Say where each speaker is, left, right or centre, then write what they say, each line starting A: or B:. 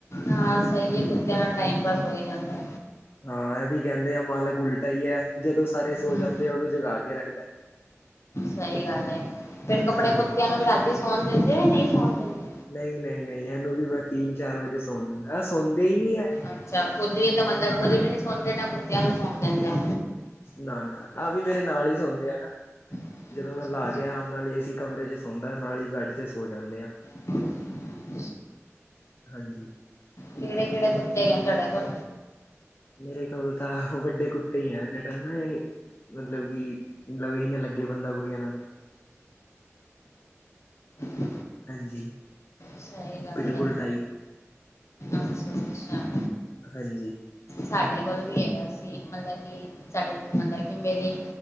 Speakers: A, on the left (about 65°); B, on the left (about 50°).
A: ਹਾਂ ਸਹੀ ਏ, ਕੁੱਤਿਆਂ ਨਾਲ ਟਾਈਮ ਪਾਸ ਹੋ ਹੀ ਜਾਂਦਾ।
B: ਹਾਂ ਇਹ ਵੀ ਕਹਿੰਦੇ ਆ ਮਾਲਕ ਉਲਟਾ ਈ ਐ, ਜਦੋਂ ਸਾਰੇ ਸੋ
A: ਹਮ
B: ਜਾਂਦੇ ਆ ਉਦੋਂ ਜਗਾ ਕੇ ਰੱਖਦਾ।
A: ਸਹੀ ਗੱਲ ਏ, ਫੇਰ ਆਪਣੇ
B: ਹਾਂਜੀ
A: ਕੁੱਤਿਆਂ ਨੂੰ ਵੀ ਰਾਤੀ ਸੌਣ ਦਿੰਦੇ ਜਾਂ ਨਈ ਸੌਣ ਦਿੰਦੇ।
B: ਨਹੀਂ-ਨਹੀਂ-ਨਹੀਂ ਇਹਨੂੰ ਵੀ ਮੈਂ ਤੀਨ ਚਾਰ ਵਜੇ ਸੌਣ ਦਿੰਦਾ, ਇਹ ਸੌਂਦੇ ਹੀ ਨਈ ਐ।
A: ਅੱਛਾ, ਖੁਦ ਵੀ ਤਾਂ ਮਤਲਬ ਖੁਦ ਵੀ ਨੀ ਸੌਂਦੇ, ਨਾ ਕੁੱਤਿਆਂ ਨੂੰ ਸੌਣ ਦਿੰਦੇ ਓ।
B: ਨਾ-ਨਾ, ਆ ਵੀ ਮੇਰੇ ਨਾਲ ਈ ਸੌਂਦੇ ਆ ਨਾ।
A: ਅੱਛਾ
B: ਜਦੋਂ ਮੈਂ ਲਾ
A: ਅੱਛਾ
B: ਕੇ ਆਰਾਮ ਨਾਲ ਏਸੀ ਕਮਰੇ ਚ ਸੌਂਦਾ, ਨਾਲ ਈ ਬੈਡ ਤੇ ਸੋ ਜਾਂਦੇ ਆ।
A: <unintelligible>
B: ਹਾਂਜੀ।
A: ਕਿਹੜੇ-ਕਿਹੜੇ ਕੁੱਤੇ ਹੈਗੇ ਤੁਹਾਡੇ ਕੋਲ।
B: ਮੇਰੇ ਕੋਲ ਤਾਂ ਵੱਡੇ ਕੁੱਤੇ ਹੀ ਆ ਜਿਹੜੇ ਨਾ ਇਹ ਮਤਲਬ ਕਿ ਲਵੇ ਹੀ ਨਾ ਲੱਗੇ, ਬੰਦਾ ਕੋਈ ਇਹਨਾਂ ਦੇ।
A: ਅੱਛਾ
B: ਹਾਂਜੀ,
A: ਸਹੀ ਗੱਲ
B: ਪਿਟਬੁਲ
A: ਹੈ
B: ਟਾਈਪ।
A: ਅੱਛਾ ਅੱਛਾ
B: ਹਾਂਜੀ।
A: ਸਾਡੇ ਕੋਲ ਵੀ ਹੈਗਾ ਸੀ, ਮਤਲਬ ਕਿ ਸਾਡੇ ਮਤਲਬ ਕਿ ਮੇਰੇ